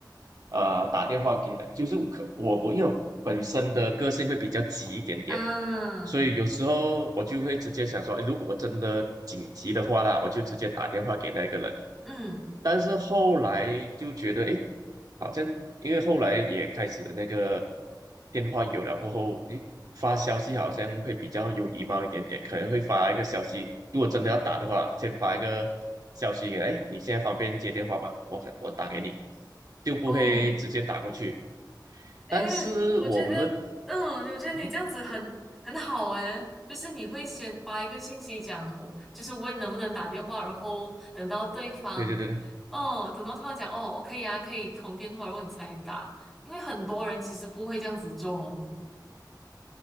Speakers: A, on the right; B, in the centre.
A: 呃，打电话给人，就是可我我因为我本身的个性会比较急一点点，
B: 嗯
A: 所以有时候我就会直接想说，诶如果真的紧急的话啦，我就直接打电话给那个人。
B: 嗯，
A: 但是后来就觉得，诶，好像因为后来也开始那个电话有了过后，诶，发消息好像会比较有礼貌一点点，可能会发一个消息，如果真的要打的话，先发一个消息给他诶，你现在方便接电话吗？我可我打给你，就不会直接打过去。
B: 哦。哎，
A: 但是我认，
B: 我觉得，嗯，我觉得你这样子很很好哎，
A: 嗯，
B: 就是你会先发一个信息讲，就是问能不能打电话，然后等到对方，
A: 对对对，
B: 哦，等到对方讲哦，可以啊，可以通电话，然后你才打，因为很多人其实不会这样子做，